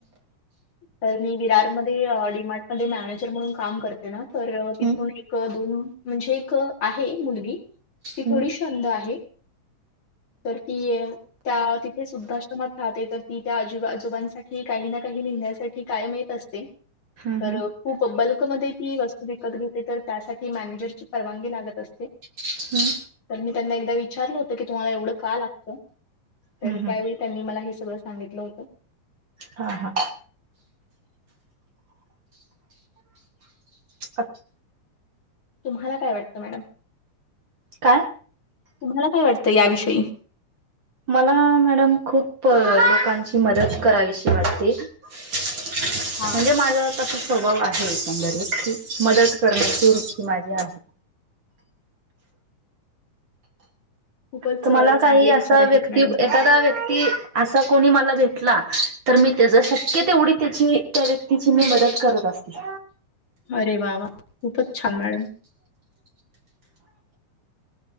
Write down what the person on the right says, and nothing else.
हम्म
हम्म
हम्म
हम्म
हम्म
हम् हम
हा हा <inaudible>
काय
मला, मॅडम खूप लोकांची मदत करावीशी वाटते म्हणजे
माझं तसा स्वभाव आहे, एकंदरीच की, मदत करण्याची वृत्ती माझी आहे.
तर
मला
काही असा
व्यक्ती
एखादा व्यक्ती असा कोणी मला भेटला तर मी त्याच शक्य तेवढी, त्याची त्या व्यक्तीची, मी मदत करत असते.